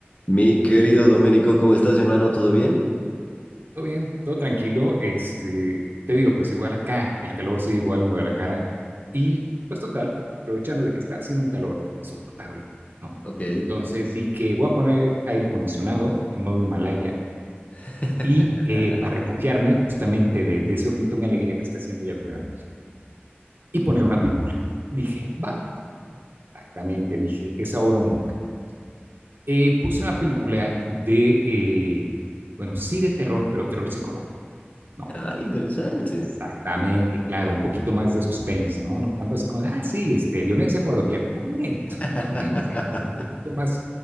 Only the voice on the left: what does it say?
Mi querido Doménico, ¿cómo estás, hermano? ¿Todo bien?
Ok.
<laughs>
Ah, interesante.
<laughs>